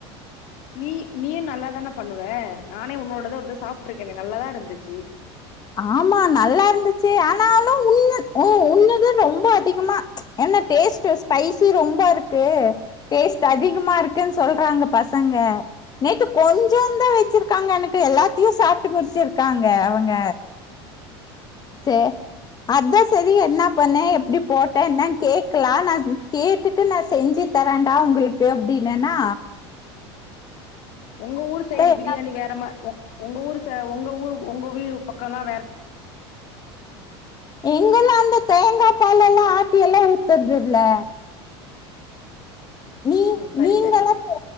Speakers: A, on the left (about 60°); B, on the left (about 30°).
A: நீ நீயும் நல்லாதானா பண்ணுவ நானே உன்னோடத ஒருதடவ சாப்ட்டு இருக்கனே நல்லாதா இருந்துச்சு
B: ஆமா நல்லா இருந்துச்சு ஆனாலு உண்ணு உ உண்ணுத ரொம்ப அதிகமா என்ன டேஸ்ட்டுஸ் ஸ்பைசி ரொம்ப இருக்கு டேஸ்ட் அதிகமா இருக்குன் சொல்றாங்க பசங்க நேற்று கொஞ்ச தா வெச்சுருக்காங்க எனக்கு எல்லாத்தயு சாப்ட்டு முடிச்சிருக்காங்க அவங்க சரி அதா செரி என்னா பண்ண எப்டி போட்டேன்னு கேக்கலா நா கேட்டுட்டு நா செஞ்சு தரேன்டா உங்களுக்கு அப்டின்னன்னா
A: உங்க ஊரு சைடு
B: என்ன
A: பிரியாணி வேறமா வ உங்க ஊர் ச உங்க ஊர் உங்க வீடு பக்கலா
B: எங்கலாந்து தேங்காய் பால்லெல்லா ஆட்டில்லா ஊத்றதுல நீ
A: ஆ சரி
B: நீங்கலா
A: சரி
B: போ